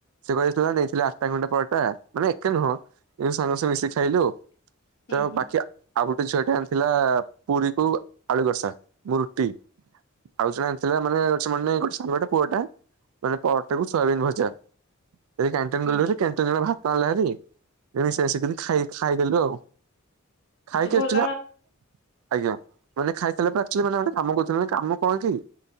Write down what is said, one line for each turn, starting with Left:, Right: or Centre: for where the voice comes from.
Right: ସେ ଘରେଥିଲା ଦେଇଥିଲେ ଆଠଟା ଖଣ୍ଡେ ପରଟା ମାନେ ଏକା ନୁହଁ ଏବେ ସମସ୍ତେ ମିଶିକି ଖାଇଲୁ।
Left: ହୁଁ
Right: ତ
Left: ହୁଁ
Right: ବାକି ଆଉ ଗୋଟେ ଝିଅ ଟେ ଅନିଥିଲା ପୁରୀ କୁ ଆଳୁ କସା ମୁଁ ରୁଟି। ଆଉ ଜଣେ ଆଣିଥିଲା ମାନେ ଅଛି ମାନେ ଗୋଟେ ପୁଅଟା। ମାନେ ପରଟାକୁ ସୋୟାବିନ୍ ଭଜା। ସେଠି କାଣ୍ଟିନ
Left: ହୁଁ।
Right: ଗଲୁହାରି କାଣ୍ଟିନରେ ଭାତ ଆଣିଲା ହେରି ସେ ମିଶି ମିସିକିରି ଖାଇଦେଲୁ। ଖାଇକି
Left: ତ ଭଲ
Right: ଆସିଥିଲ ଆଜ୍ଞା ମାନେ ଖାଇସାରିଲା ପରେ ଆକଚୁଲି ମାନେ ଗୋଟେ କାମ କରୁଥିଲେ କାମ କଣ କି